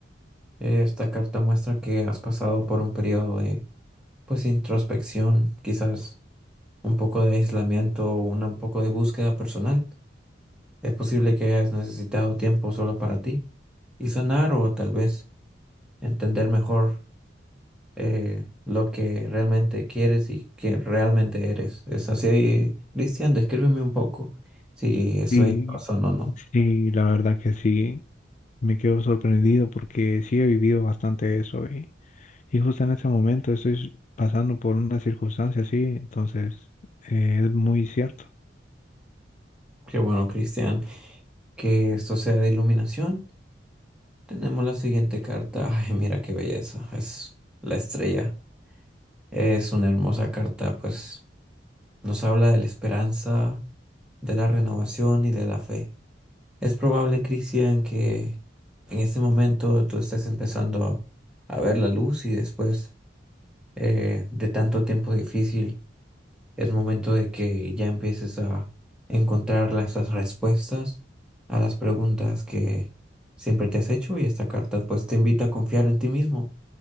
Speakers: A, in the centre; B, on the left.
A: Eh, esta carta muestra que has pasado por un periodo de, pues, introspección, quizás un poco de aislamiento, una- un poco de búsqueda personal. Es posible que hayas necesitado tiempo solo para ti y sanar o tal vez entender mejor eh, lo que realmente quieres y que realmente eres. Es así, Cristian, descríbeme un poco si estoy
B: Y
A: en razón o no.
B: sí, la verdad que sí. Me quedo sorprendido porque sí he vivido bastante eso y, y justo en ese momento estoy pasando por una circunstancia así, entonces eh, es muy cierto.
A: Qué bueno, Cristian, que esto sea de iluminación. Tenemos la siguiente carta. Ay, mira qué belleza. Es la estrella. Es una hermosa carta, pues nos habla de la esperanza de la renovación y de la fe. Es probable, Cristian, que en este momento tú estés empezando a ver la luz y después eh, de tanto tiempo difícil es momento de que ya empieces a encontrar las- esas respuestas a las preguntas que siempre te has hecho y esta carta pues te invita a confiar en ti mismo